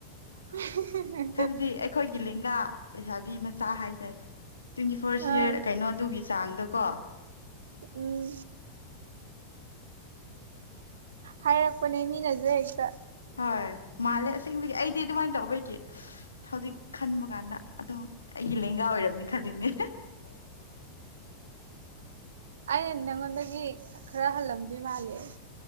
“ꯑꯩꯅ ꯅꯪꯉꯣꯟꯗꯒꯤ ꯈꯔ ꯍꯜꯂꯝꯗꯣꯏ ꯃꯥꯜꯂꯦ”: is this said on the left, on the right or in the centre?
Right